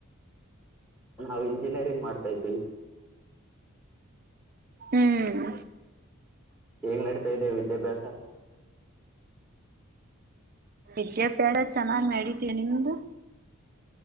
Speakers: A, in the centre; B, on the right.
A: ನಾವ ಇಂಜಿನಿಯರಿಂಗ್ ಮಾಡ್ತಾ ಇದ್ದೀವಿ
B: ಹ್ಮ್
A: ಹೇಗ್ ನಡ್ತಾ ಇದೆ ವಿದ್ಯಾಭ್ಯಾಸ
B: ವಿದ್ಯಾಭ್ಯಾಸ ಚೆನ್ನಾಗ್ ನಡೀತಿದೆ ನಿಮ್ದು